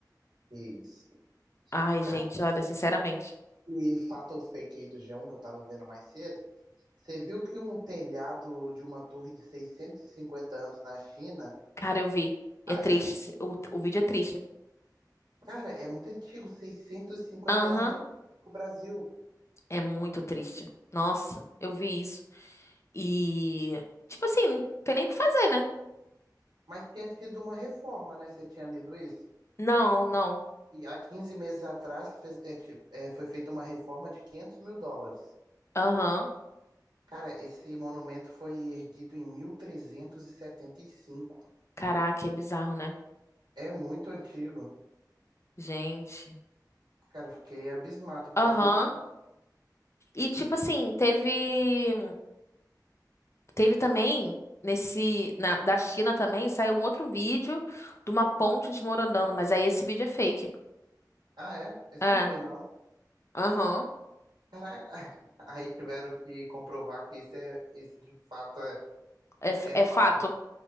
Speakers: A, on the right; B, on the left.
A: que isso.
B: Ai, gente,
A: Cara,
B: olha, sinceramente.
A: e fato ou fake aí do G1 que eu tava vendo mais cedo, Você viu que um telhado de uma torre de 650 anos na China
B: Cara, eu vi. É
A: caiu?
B: triste. O, o vídeo é triste.
A: Cara, é muito antigo, seiscentos e cinquenta
B: Aham,
A: anos o Brasil.
B: é muito triste. Nossa, eu vi isso. E, tipo assim, não tem nem o que fazer, né?
A: Mas tinha tido uma reforma, né? Você tinha lido isso?
B: Não, não.
A: E há 15 meses atrás fez- é, ti- é, foi feita uma reforma de 500 mil dólares.
B: Aham.
A: Cara, esse monumento foi erguido em mil trezentos e e setenta e cinco.
B: Caraca, é bizarro, né?
A: É muito antigo.
B: Gente.
A: Cara, eu fiquei abismado, porque
B: Aham.
A: é bonito.
B: E tipo assim, teve teve também nesse na da China também saiu um outro vídeo de uma ponte desmoronando, mas aí esse vídeo é fake.
A: Ah, é? Esse
B: É.
A: eu não vi, não.
B: Aham.
A: Cara, <laughs> aí tiveram que comprovar que esse, é, esse de fato é,
B: É, f-
A: é
B: é
A: fato.
B: fato.